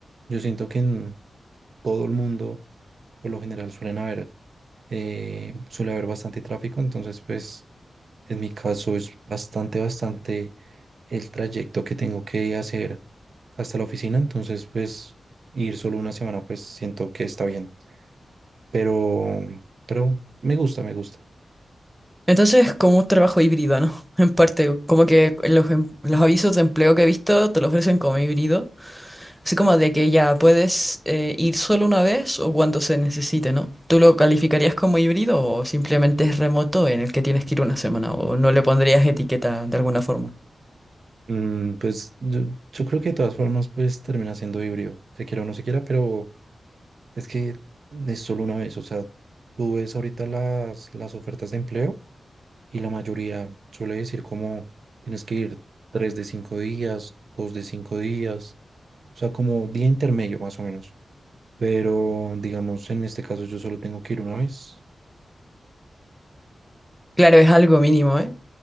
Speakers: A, on the right (about 50°); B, in the centre.
A: yo siento que en todo el mundo, por lo general, suelen haber, eh, suele haber bastante tráfico. Entonces, pues En mi caso es bastante, bastante el trayecto que tengo que hacer hasta la oficina, entonces pues ir solo una semana pues siento que está bien, pero, pero me gusta, me gusta.
B: Entonces, como un trabajo híbrido, ¿no? <laughs> En parte, como que los, em- los avisos de empleo que he visto te lo ofrecen como híbrido. Así como de que ya puedes eh, ir solo una vez o cuando se necesite, ¿no? ¿Tú lo calificarías como híbrido o simplemente es remoto en el que tienes que ir una semana o no le pondrías etiqueta de alguna forma?
A: Mm, pues yo, yo creo que de todas formas pues termina siendo híbrido, se quiera o no se quiera, pero es que es solo una vez, o sea, tú ves ahorita las, las ofertas de empleo y la mayoría suele decir como tienes que ir tres de cinco días, dos de cinco días. O sea, como día intermedio más o menos. Pero digamos, en este caso yo solo tengo que ir una vez.
B: Claro, es algo mínimo, ¿eh?